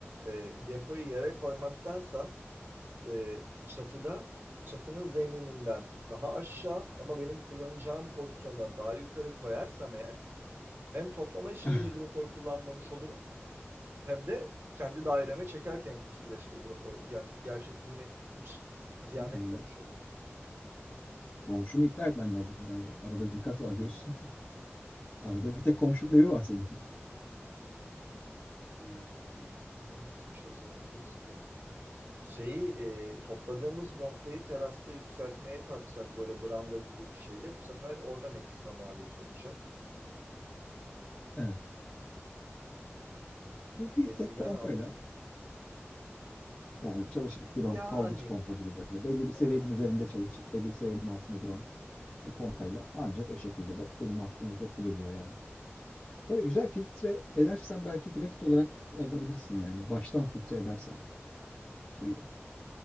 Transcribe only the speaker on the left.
<laughs>
Yani
komşunu ikna etmen lazım galiba. Arada bir kat var diyorsun. <laughs> Arada bir tek komşunun evi var senin. <laughs>
Evet. Bu bir
tek pompayla
yani çalışıp duran
dalgıç pompa gibi böyle belli bir seviyenin
üzerinde
çalışıp belli bir seviyenin altında duran bir pompayla ancak o şekilde Be- benim aklıma bir tek bu geliyor yani. Tabii güzel filtre edersen belki direkt olarak alabilirsin yani. Baştan filtre edersen suyu